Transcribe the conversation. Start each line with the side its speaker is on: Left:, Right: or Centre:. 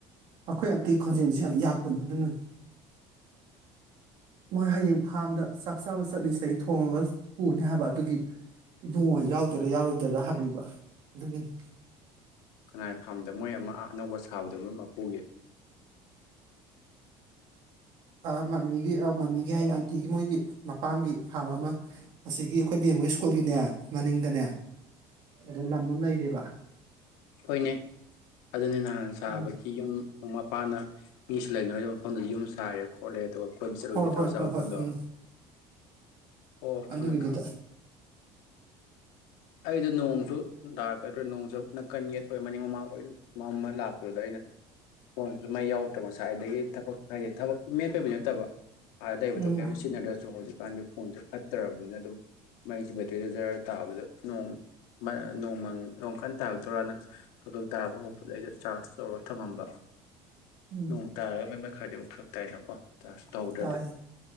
Right: ꯑꯩꯈꯣꯏ ꯑꯟꯇꯤ ꯈꯣꯟꯖꯦꯜꯁꯤ ꯌꯥꯝ ꯌꯥꯛꯄꯅꯤ ꯑꯗꯨꯅꯅꯤ ꯃꯣꯏ ꯍꯌꯦꯡ ꯐꯥꯔꯝꯗ ꯆꯥꯛ ꯆꯥꯕ ꯆꯠꯅꯤ ꯁꯤꯗꯒꯤ ꯊꯣꯡꯉꯒ ꯄꯨꯅꯤ ꯍꯥꯏꯕ ꯑꯗꯨꯒꯤ ꯏꯕꯨꯡꯉꯣ ꯌꯥꯎꯗꯣꯏꯔꯥ ꯌꯥꯎꯔꯣꯏꯗꯣꯏꯔꯥ ꯍꯪꯏꯕ ꯑꯗꯨꯒꯤꯅꯤ
Left: ꯀꯅꯥꯏ ꯐꯥꯔꯝꯗ ꯃꯣꯏ ꯑꯃ ꯑꯅꯧꯕ ꯁꯥꯕꯗꯣ ꯃꯣꯏ ꯃꯄꯨꯒꯤ
Right: ꯑ ꯃꯃꯤꯒꯤ ꯑ ꯃꯃꯤꯒꯤ ꯍꯥꯏꯌꯦ ꯑꯟꯇꯤꯒꯤ ꯃꯣꯏꯒꯤ ꯃꯄꯥꯝꯒꯤ ꯐꯥꯔꯝꯕ ꯑꯃ ꯑꯁꯤꯒꯤ ꯑꯩꯈꯣꯏ ꯕꯦꯝꯃ ꯍꯣꯏ ꯁ꯭ꯀꯨꯜꯒꯤꯅꯦ ꯃꯅꯤꯡꯗꯅꯦ ꯑꯗꯨ ꯂꯝ ꯑꯃ ꯂꯩꯔꯤꯕ
Left: ꯍꯣꯏꯅꯦ ꯑꯗꯨꯅ ꯅꯍꯥꯟ ꯁꯥꯕꯒꯤ
Right: ꯎꯝ
Left: ꯌꯨꯝ ꯃꯄꯥꯅ ꯃꯤꯁꯨ ꯂꯩꯅ ꯔꯣꯏ ꯃꯐꯝꯗꯨꯗ ꯌꯨꯝ ꯁꯥꯥꯏꯔꯦ ꯈꯣꯠꯂꯦ ꯇꯧ ꯑꯩꯈꯣꯏ ꯆꯠꯂꯨꯅꯤ
Right: ꯍꯣꯏ
Left: ꯇꯧꯔ
Right: ꯍꯣꯏ
Left: ꯆꯥꯕ
Right: ꯍꯣꯏ
Left: ꯃꯐꯝꯗꯣ
Right: ꯍꯣꯏ ꯎꯝ
Left: ꯑꯣ ꯈꯪꯉꯦ
Right: ꯑꯗꯨꯒꯤꯗꯨꯗ
Left: ꯈꯪꯉꯦ ꯑꯩꯗꯣ ꯅꯣꯡꯁꯨ ꯅꯥꯔꯛꯀꯗꯧꯗ꯭ꯔꯦ ꯅꯣꯡꯁꯨ ꯃꯅꯤꯡ ꯃꯃꯥꯡ ꯂꯣꯏ ꯃꯝꯃ ꯂꯥꯛꯄꯗꯨꯗ ꯑꯩꯅ ꯐꯣꯟꯁꯨ ꯃꯩ ꯌꯥꯎ ꯉꯁꯥꯏꯗꯒꯤ ꯊꯕꯛ ꯍꯥꯏꯗꯤ ꯊꯕꯛ ꯃꯦꯠ ꯇꯕꯤ ꯅꯠꯇꯕ ꯑ ꯂꯩꯕꯗꯣ
Right: ꯎꯝ
Left: ꯀꯩꯝꯇ ꯁꯤꯖꯤꯟꯅꯗ꯭ꯔꯁꯨ ꯍꯧꯖꯤꯛꯀꯥꯟꯗꯤ ꯐꯣꯟꯁꯦ ꯐꯠꯇ꯭ꯔꯕꯅꯤꯅ ꯑꯗꯨꯝ ꯃꯩꯁ ꯁꯤꯗꯩꯗ ꯖꯔ ꯇꯥꯕꯗꯨꯗ ꯅꯣꯡ ꯃ ꯅꯣꯡ ꯃꯪ ꯅꯣꯡ ꯀꯟ ꯇꯥꯕꯗꯨꯗ ꯇꯣꯔꯥꯅ ꯅꯣꯡ ꯇꯥꯔꯛꯄ ꯗꯨꯗ ꯑꯩꯗ ꯆꯥꯔꯖ ꯇꯧꯔꯒ ꯊꯝꯃꯝꯕ
Right: ꯎꯝ
Left: ꯅꯣꯡ ꯇꯥꯔ ꯈꯔꯗꯤ ꯐꯔꯛ ꯇꯥꯏꯅꯀꯣ ꯆꯥꯔꯁꯨ ꯇꯧꯍꯧꯗ꯭ꯔꯗꯤ
Right: ꯇꯥꯏ